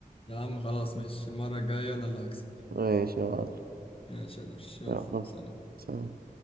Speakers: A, on the left; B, on the right.
A: يا عم خلاص ماشي المره الجايه انا اللي هكسب
B: ماشي يا معلم
A: ماشي يا درش يلا
B: يلا
A: سلام
B: سلام.